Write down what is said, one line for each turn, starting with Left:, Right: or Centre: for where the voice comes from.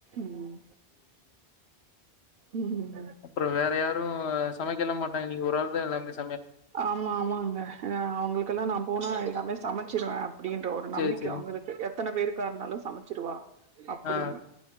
Right: ம் ம்
Left: அப்றோ வேற யாரும் சமைக்கல்ல மாட் நீங்க ஒரு ஆள் தா எல்லாமே செ
Right: ஆமா ஆமாங்க அவங்களுக்கெல்லாம் நா போனா எல்லாமே சமைச்சிருவேன் அப்டின்ற ஒரு நம்பிக்கை
Left: சேரி சேரிங்க
Right: அவங்களுக்கு எத்தனை பேருக்கா இருந்தாலும் சமைச்சிருவா அப்டின்னு
Left: ஆ